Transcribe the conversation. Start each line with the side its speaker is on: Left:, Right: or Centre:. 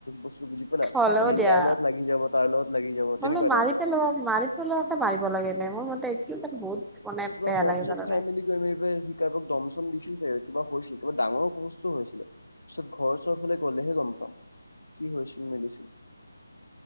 Left: বস্তু বুলি। বুলা মানে,
Centre: হ'লেও দিয়া
Left: ইয়াৰ লগত লাগি যাব তাৰ লগত লাগি যাব
Centre: হ'লেও
Left: তেনেকুৱা
Centre: মাৰি
Left: টাইপৰ।
Centre: মাৰি থ'লে হে মাৰিব লাগে নে মোৰ মতে এইটো মানে বহুত মানে
Left: কিবা
Centre: বেয়া
Left: মদ
Centre: লাগে
Left: চদ
Centre: তাৰা
Left: খাই
Centre: কাৰণে
Left: মেলি সি, কাৰোবাক দম শম দিছিল চাগে কিবা হৈছিলে কিবা ডাঙৰ সমস্যা হৈছিলে পিছত ঘৰ উচৰফালে গ'লেহে গম পাম কি হৈছিল মেলিছিল।